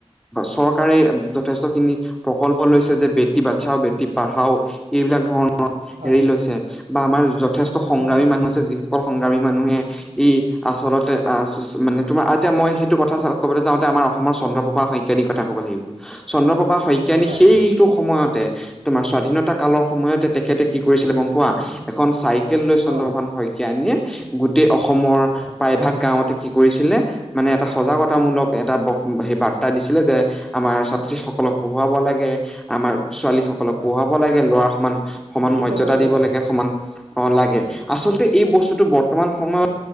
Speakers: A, in the centre; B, on the right.
A: চৰকাৰে যথেষ্টখিনি প্ৰকল্প লৈছে যে বেটি বাচাও বেটী পঢ়াও এইবিলাক ধৰণৰ
B: হয়
A: হেৰি লৈছে বা আমাৰ যথেষ্ট সংগ্ৰামী
B: উম
A: মানুহ আছে যি সকল সংগ্ৰামী মানুহে ই আচলতে আহ মানে তোমাৰ এতিয়া মই সেইটো কথা ক'বলৈ যাওঁতে আমাৰ অসম চন্দ্ৰপ্ৰভা শইকীয়ানীৰ কথা ক'ব লাগিব চন্দ্ৰপ্ৰভা শইকীয়া নি
B: হয়
A: সেই
B: হয়
A: <inaudible> সময়তে তোমাৰ স্বাধীনতা কালৰ সময়তে তেখেতে কি কৰিছিলে গম পোৱা এখন চাইকেল ললৈ চন্দ্ৰপ্ৰভান
B: অ
A: শইকীয়ানিয়ে গোটেই অসমৰ
B: হয়
A: প্ৰায়ভাগ গাঁওতে কি কৰিছিলে মানে এটা সজাগতামূলক
B: উম
A: এটা ব সেই বাৰ্তা দিছিলে যে আমাৰ ছাত্ৰীসকলক পঢ়োৱাব লাগে আমাৰ ছোৱালী সকলক
B: হয়
A: পঢ়াব লাগে লৰাৰ সমান
B: শিক্ষিত
A: সমান মৰ্যদা
B: কৰিব
A: দিব লাগে
B: আচলতে
A: সমান অ লাগে
B: উম
A: আচলতে এই বস্তুতটো বৰ্তমান
B: উম
A: সময়ত